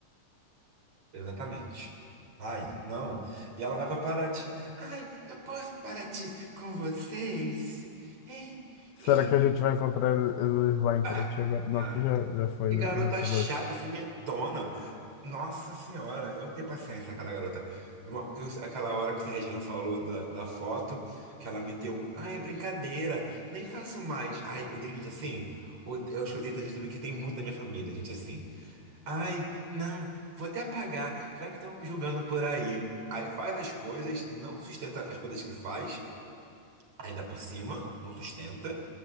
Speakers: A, on the right; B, on the left.
A: Exatamente. Ai, não. E ela vai pra Paraty. Ai, eu posso pra Paraty com vocês? Ei, e...
B: Será que a gente vai encontrar eles lá em
A: Ah,
B: Paraty agora? Não,
A: ah,
B: aqui já, já foi
A: que
B: né,
A: garota
B: nos episódios.
A: chata, que metona. Nossa senhora, eu não tenho paciência com aquela garota. No- eu- aquela hora que a Reginha falou da, da foto, que ela meteu um, ah, é brincadeira, nem faço mais. Ai, odeio gente assim. Ode- Eu acho que odeio tanta gente porque tem muito na minha família, gente assim. Ai, não, vou até apagar, vai que estão me julgando por aí. Aí faz as coisas, não sustenta as coisas que faz, ainda por cima, não sustenta,